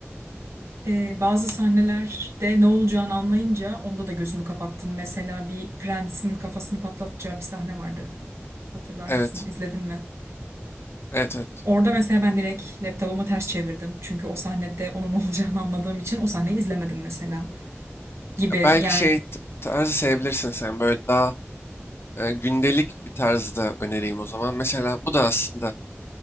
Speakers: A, on the right; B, on the left.
A: e, bazı sahnelerde ne olacağını anlayınca onda da gözümü kapattım. Mesela bir prensin kafasını patlatacağı bir sahne vardı. Hatırlar
B: Evet.
A: mısın? İzledin mi?
B: Evet evet.
A: Orada mesela ben direkt laptopumu ters çevirdim. Çünkü o sahnede onun <laughs> olacağını anladığım için o sahneyi izlemedim mesela. Gibi
B: Ya Belki
A: yani.
B: şey t- tarzı sevebilirsin sen böyle daha e, gündelik bir tarzda önereyim o zaman. Mesela bu da aslında